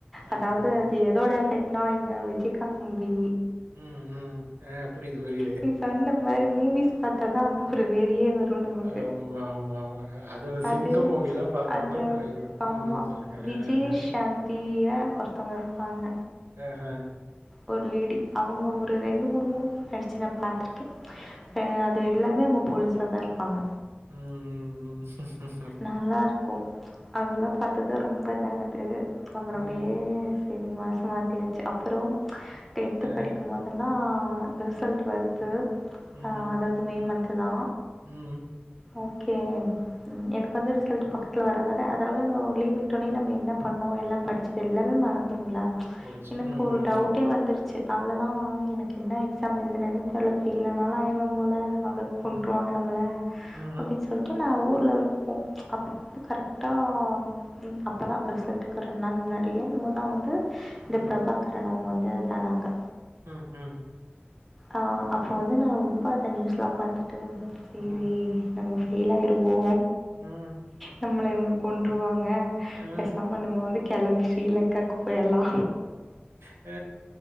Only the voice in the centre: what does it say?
அதாவ்து
அது எதோட எஃபெக்ட்னா இந்த விஜய்காந்த் மூவி
நீ சொன்ன மாரி மூவிஸ் பாத்தாதா அந்த ஒரு வெறியே வரு நமக்கு
அது
அந்த
ஆமா
விஜயசாந்த்
தீய ஒருத்தவுங்க இருப்பாங்க
ஒரு லேடி அவுங்க ஒரு ரெண்டு மூனு மூவ் நடிச்சி நா பாத்திருக்கே
ஆ அ து எல்லாமே அவுங்க போலீஸாதா இருப்பாங்க
நல்லா இருக்கு அதெல்லாப் பாத்துதா ரொம்ப இதானது அப்றோ
அப்டியே செரி மனசு மாத்தியாச்சு அப்புறோம் டென்த்து
படிக்கும்மோத் தெல்லா ரிசல்ட் வருது
ஆ அதாவுது மே மன்த்துதா
ஓகே ம் எனக்கு வந்து ரிசல்ட்டு பக்கத்ல வர வர அதாவுது அந்த ஒரு லீவ் விட்டோனே நம்ம என்னப் பண்ணோ எல்லாப் படிச்சது எல்லாமே மறந்துருல்ல
எனக்கு
ஒரு
டவுட் டே வந்துருச்சு அவ்ளோதா எனக்கு என்ன எக்ஸாம் எழ்தனனே தெர்ல ஃபெயிலானாலு ஆயிருவம் போல அவ்ளோத்
கொண்ருவாங்க நம்மள
அப்டின் சொல்ட்டு நா ஊர்ல ஒருக் கோ அப்ப வந்து கரெக்ட்டாம் ம் அப்பதா ரிசல்ட்டுக்கு ஒரு ரெண் நாள் முன்னாடியே என்னுமோதா வந்து
இந்த பிரபாக் கரன் அவுங்க வந்து இதானாங்க
ஆ அப்ப வந்து நா ரொம்ப அத நியூஸ்லாம் பாத்துட்டு சேரி
நம்ம ஃபெயில் ஆயிருவோ
நம்ள இவுங்க கொண்ருவாங்க
பேசாம் இப்ப நம்ம வந்து கெளம்பி ஸ்ரீலங்காக்கு போயிர்லா